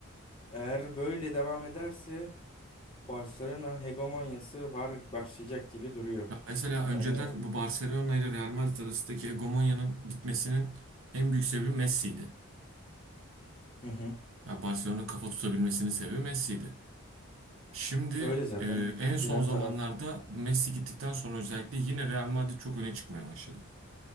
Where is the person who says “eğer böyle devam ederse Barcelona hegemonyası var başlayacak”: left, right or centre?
Left